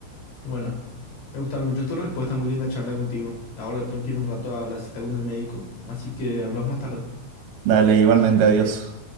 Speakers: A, on the left; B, on the right.
A: bueno, me gustaron mucho tus respuestas, muy linda charla contigo. Ahora tengo que ir un rato a la cita con el médico, así que hablamos más tarde.
B: Dale, igualmente, adiós.